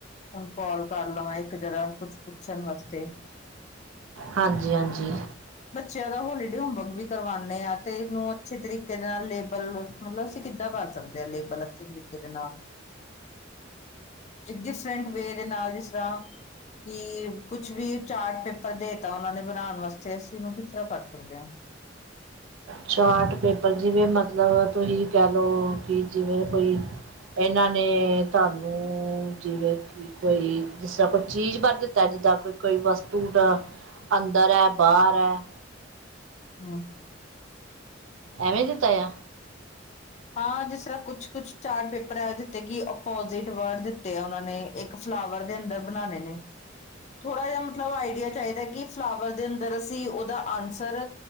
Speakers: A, on the left (about 35°); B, on the right (about 80°).
A: ਹੁਣ ਪ <unintelligible> ਕਰ ਲਵਾਂ ਇੱਕ ਜਰਾ ਕੁੱਛ ਪੁੱਛਣ ਵਾਸਤੇ
B: ਹਾਂਜੀ ਹਾਂਜੀ
A: ਜ਼ਿਆਦਾ ਹੋਲੀਡੇ ਹੋਮਵਰਕ ਵੀ ਕਰਵਾਉਂਦੇ ਆ ਤੇ ਇਹਨੂੰ ਅੱਛੇ ਤਰੀਕੇ ਦੇ ਨਾਲ ਬਲ ਮਤਲਬ ਅਸੀਂ ਕਿੱਦਾਂ ਕਰ ਸਕਦੇ ਹਾਂ ਲੇਬਲ ਅੱਛੇ ਤਰੀਕੇ ਦੇ ਨਾਲ ਇੱਕ ਡਿਫਰਟ <unintelligible> ਵੇ ਦੇ ਨਾਲ ਜਿਸ ਤਰਾਂ ਕਿ ਕੁਛ ਵੀ ਚਾਰਟ ਪੇਪਰ ਦੇ ਦਿੱਤੇ ਉਹਨਾ ਨੇ ਬਣਾਉਣ ਵਾਸਤੇ ਅਸੀ ਇਸਨੂੰ ਕਿਸ ਤਰ੍ਹਾਂ ਕਰ ਸਕਦੇ ਹਾਂ
B: ਚਾਰਟ ਪੇਪਰ ਜਿਵੇਂ ਮਤਲਬ ਤੁਸੀਂ ਕਹਿ ਲਓ ਕਿ ਜਿਵੇਂ ਕੋਈ ਇਹਨਾਂ ਨੇ ਤੁਹਾਨੂੰ ਜਿਵੇਂ ਕਿ ਕੋਈ ਜਿਸ ਤਰ੍ਹਾਂ ਕੋਈ ਚੀਜ਼ ਭਰ ਦਿੱਤਾ ਜਿੱਦਾਂ ਕੋਈ ਕੋਈ ਵਸਤੂ ਦਾ ਅੰਦਰ ਹੈ ਬਾਹਰ ਹੈ
A: ਹਮ ਹਮ
B: ਐਵੇਂ ਦਿੱਤਾ ਆ
A: ਹਾਂ ਜਿਸ ਤਰ੍ਹਾਂ ਕੁਛ ਕੁਛ ਚਾਰਟ ਪੇਪਰ ਹੈ ਤੇ ਕਿ ਅੋਪਜਿਟ ਵਰਡ ਦਿੱਤੇ ਆ ਉਹਨਾਂ ਨੇ ਇੱਕ ਫਲਾਵਰ ਦੇ ਅੰਦਰ ਬਣਾਣੇ ਨੇ ਥੋੜ੍ਹਾ ਜਿਹਾ ਮਤਲਬ ਆਈਡੀਆ ਚਾਹੀਦਾ ਕਿ ਫਲਾਵਰ ਦੇ ਅੰਦਰ ਬਣਾਉਣੇ ਨੇ ਆਨਸਰ